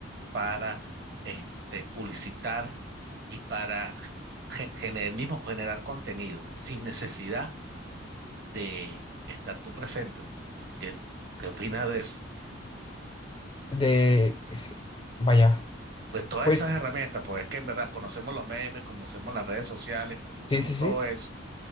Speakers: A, on the right (about 55°); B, on the left (about 25°).
A: para este, publicitar y para ge- gener- mismo generar contenido sin necesidad de estar tú presente. ¿Qué, qué opinas de eso?
B: De, vaya,
A: Pues todas
B: pues
A: esas herramientas, pues es que en verdad conocemos los memes, conocemos las redes sociales, conocemos
B: sí, sí,
A: todo
B: sí,
A: eso,